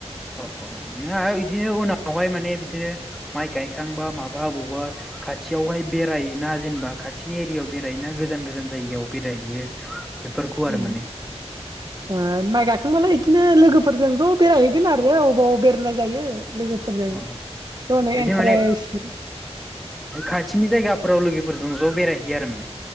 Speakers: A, in the centre; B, on the right.
A: अ औ बिदिनो उनावहाय माने बिदिनो माइ गायखांबा माबा अबावबा खाथियावहाय बेरोना जेनेबा खाथिनि एरियायाव बेरायोना गोजान गोजान जायगायाव बेरायहैयो? बेफोरखौ आरो
B: ओम
A: माने
B: <unintelligible> थांबालाय बिदिनो लोगोफोरजों ज' बेरायहैगोन आरो अबेबा अबाव बेरायनाय जायो। लोगोफोरजों
A: अ
B: ज'नो
A: बिदि
B: इन्टारेस्ट
A: माने खाथिनि जायगाफोराव लोगोफोर जों ज' बेरायहैयो आरो मा